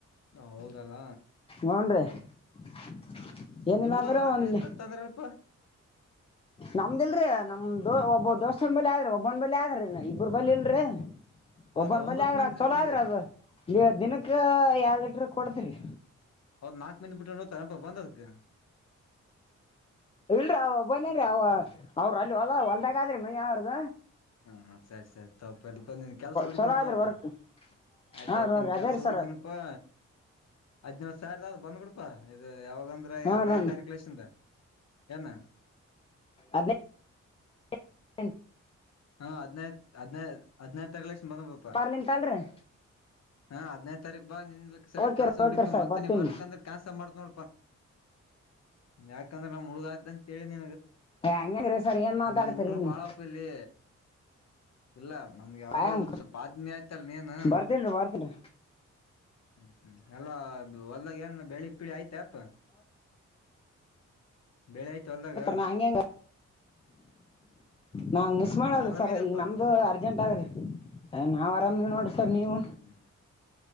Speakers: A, on the left (about 55°); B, on the left (about 20°).
A: ಹ ಹೌದಲ್ಲಾ
B: ನೋಡ್ರಿ <unintelligible> ಏನಿಲ್ಲ
A: ನಿಮ್ದೊಂದ್
B: ಅಂದರೂ
A: ಆಕಳ
B: ಒಂದು
A: ಇತ್ತ ಅಂತ ಅಂದ್ರಲ್ಪ
B: ನಮ್ದ್ ಇಲ್ರಿ, ನಮ್ ದೋಸ್ತ್ ಒಬ್ಬವಾ ದೋಸ್ತ್ ಸುಮದಾ ಆದರೂ ಒಂದು ಬಲಿ ಆದರಲ್ಲ ಈಗ ದೂರಬಲ್ಲಿ ಇಲ್ಲರಿ
A: ಹೌದಾ
B: ಒಬ್ಬನ
A: ಒಂಬತ್
B: ಬಲಿ ಆದರ
A: ಮಂದಿ
B: ಅದು ಚಲೋ ಆದರ ಏ ದಿನಕ್ಕೆ ಏ ಯಾಡ ಲೀಟರ್ ಕೊಡ ತಂಗಿ
A: ಹೌದ್ ನಾಲ್ಕ್ ಮಂದಿ ಬಿಟ್ಟ ನೋತಾರಪ ಬಂದದಕ್
B: ಇಲ್ಲರಿ ಅವ ಒಬ್ಬನ ರೇ ಅವ ಅವರ ಅಲ್ಲಿ ಹೊಲ ಹೊಲದಾಗ ಆಯ್ತು ಮನೆ ಅವರದ
A: ಹಾ ಹ ಸರಿ ಸರಿ ತಪಲ್ಪ ನಿನ್ನ ಕೆಲಸ ಹುಡುಕಿದನ
B: ಚಲೋ ಆದ್ರಿ
A: ಬಾಯ್
B: ವರ್ಕ್
A: ಆಯ್ತ
B: ಹಾಂ
A: ಆಯ್ತ
B: ನೋಡ್ರಿ
A: ನಿನ್ನ ಕೆಲಸ
B: ಅದೇ ರೀ
A: ಹುಡಕನಪ್ಪಾ
B: ಸರ್
A: ಹದಿನೇಳು ಸರ್ ಸರ್ ಬಂದ ಬಿಡಪ್ಪ ಇದು ಯಾವ ಬಂದರೇ
B: ಹ್ಞೂ
A: ಹದಿನೈದು
B: ನೋಡ್ರಿ
A: ತಾರೀಕು ಲಷ್ಟಿಂದ ಏನು
B: ಅದೇ <unintelligible>
A: ಹಾ ಹದ್ನೈ ಹದ್ನೈ ಹದ್ನೈತ್ರ ಲಕ್ಷ ಬಂದಪಾ
B: ಮಾರ್ಲಿಂತ ಅಲ್ರಿ
A: ಹಾ ಹದಿನೈ ಬಾ ನಿಂದಲಕ್ ಸಲ
B: ಓಕೆ
A: ಕೆಸ ಹುಕಿ
B: ಓಕೆ ಸರ್
A: ಮತ್ತ
B: ಬರ್ತೀನಿ
A: ನೀ ಬರ್ಕ್ ಅಂದ್ರ ಕ್ಯಾನ್ಸಲ್ ಮಾಡ ನೋ ಯಾಕಂದ್ರೆ ನಮ್ ಹುಡುಗ ಆಯತ ಅಂತೇಳಿ
B: ಹಂಗಂಗ್ರಿ ಸರ್ ಏನು ಮಾತಾಡ್ತೀರಿ
A: ಇಲ್ಲ ನಮ್ಮ ಹಡರು
B: ನೀವು
A: ಬಾಳಪ್ಪ ಇಲ್ಲಿ ಇಲ್ಲ ನಮ್ಗೆ ಯಾವ್ದ
B: ಕಾಯಂ
A: ಸ್ವಲ್ಪ ಆತ್ಮೀಯ ಆಯ್ತಲ್ಲ ನೀನು
B: ಬರ್ತೀನ್ರಿ ಬರ್ತೀನ್ರಿ
A: ಹ್ಮ್ ಹ್ಮ್ ಎಲ್ಲ ಒದಾಗ ಏನ್ ಬೆಳಿಗ್ ಪೀಳಿ ಆಯ್ತ ಅತ್ ಬೆಳೆ ಆಯ್ತು ಅಲ್ದಾಗ
B: ಬರ್ತಾರ ನಾ ಹಂಗೆ ಹೆಂಗ ನಾ ಮಿಸ್ ಮಾಡಲ್ರಿ
A: ಇಲ್ಲ ಆರಾಮಿದಲ್ಪ
B: ಸರ್ ಈಗ ನಮ್ದು ಅರ್ಜೆಂಟ್ ಆಗ್ರಿ ನಾವ್ ಆರಾಮ ನೋಡ್ರಿ ಸರ್ ನೀವು
A: ಹ್ಮ್ ಹ್ಮ್